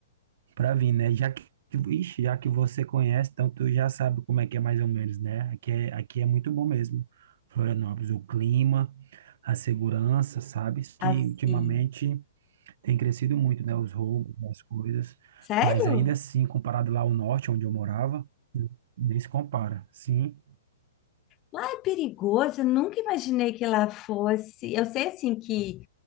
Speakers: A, on the right; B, on the left.
A: Pra vir, né? Já que, ixi, já que você conhece, então tu já sabe como é que é mais ou menos, né? Aqui é, aqui é muito bom mesmo, Florianópolis. O clima, a segurança, sabes? Que
B: Assim,
A: ultimamente tem crescido muito, né? Os roubos, as coisas.
B: sério?
A: Mas ainda assim, comparado lá ao norte, onde eu morava, nem se compara. Sim,
B: Lá é perigoso. Eu nunca imaginei que lá fosse. Eu sei assim que